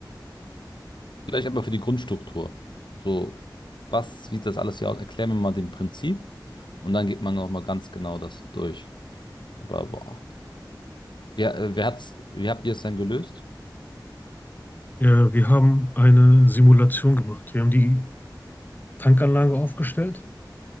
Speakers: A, on the left; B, on the left.
A: Vielleicht aber für die Grundstruktur. So, was sieht das alles hier aus? Erklär mir mal den Prinzip und dann geht man nochmal ganz genau das durch. Aber boah. Wer, äh, wer hat's, wie habt ihr es dann gelöst?
B: Ja, wir haben eine Simulation gemacht. Wir haben die Tankanlage aufgestellt